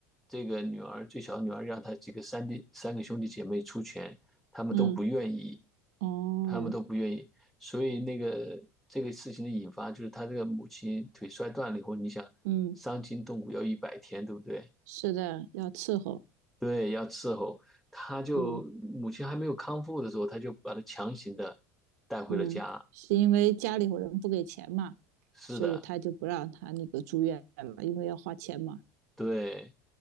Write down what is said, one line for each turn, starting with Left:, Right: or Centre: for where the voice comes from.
Centre: 这个女儿最小的女儿让他几个三弟三个兄弟姐妹出钱，他们都不愿意，
Right: 嗯哦，
Centre: 他们都不愿意。所以那个这个事情的引发就是他这个母亲腿摔断了以后，你想伤筋动骨要一百天，
Right: 嗯，
Centre: 对不对？
Right: 是的，要伺候，
Centre: 对，要伺候。他就母亲还没有康复的时候，
Right: 嗯
Centre: 他就把他强行的带回了家。
Right: 嗯，是因为家里有人不给钱嘛，
Centre: 是的，
Right: 所以他就不让他那个住院了，因为要花钱嘛。
Centre: 对。